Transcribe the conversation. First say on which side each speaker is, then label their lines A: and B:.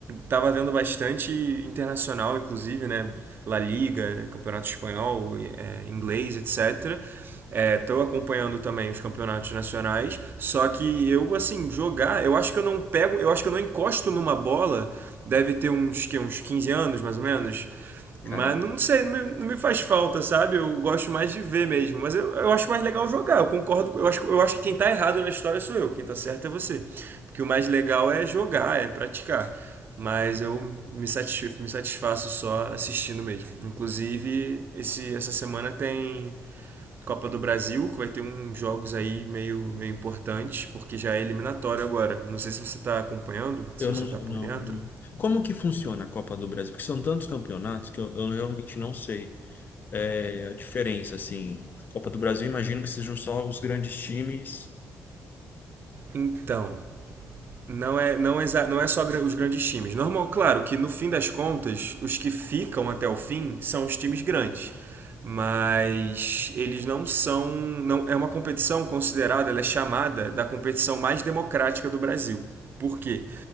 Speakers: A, on the right (about 40°); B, on the left (about 40°).
A: Tava vendo bastante internacional, inclusive, né? La Liga, Campeonato Espanhol, é, inglês, etc. Estou acompanhando também os campeonatos nacionais, só que eu, assim, jogar, eu acho que eu não pego, eu acho que eu não encosto numa bola, deve ter uns, que, uns 15 anos, mais ou menos.
B: Caramba.
A: Mas não sei, não me, não me faz falta, sabe? Eu gosto mais de ver mesmo. Mas eu, eu acho mais legal jogar, eu concordo. com- Eu acho, eu acho que quem tá errado na história sou eu, quem tá certo é você. Porque o mais legal é jogar, é praticar. Mas eu me, satisf, me satisfaço só assistindo mesmo. Inclusive, esse, essa semana tem Copa do Brasil, que vai ter uns jogos aí meio, meio importantes, porque já é eliminatório agora. Não sei se você tá acompanhando, se
B: Eu
A: você
B: não,
A: tá por
B: não.
A: dentro.
B: Como que funciona a Copa do Brasil? Porque são tantos campeonatos que eu, eu realmente não sei é, a diferença, assim. Copa do Brasil, imagino que sejam só os grandes times.
A: Então, Não é, não, é não é só os grandes times. Normal, claro que no fim das contas, os que ficam até o fim são os times grandes. Mas eles não são. Não, é uma competição considerada, ela é chamada da competição mais democrática do Brasil. Por quê?